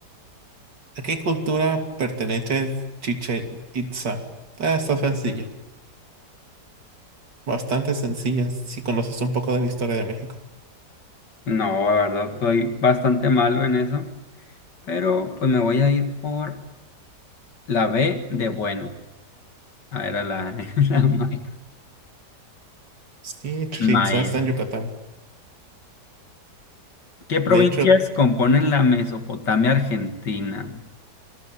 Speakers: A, on the right; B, on the left.
A: ¿A qué cultura pertenece Chichen Itza? Ah, está sencilla, bastante sencilla si conoces un poco de la historia de México.
B: No, la verdad estoy bastante malo en eso. Pero pues me voy a ir por la B de bueno. Ah, era la, <laughs> la maya.
A: Sí, Chichen
B: Maya.
A: Itza está en Yucatán.
B: ¿Qué provincias
A: De hecho,
B: componen la Mesopotamia argentina?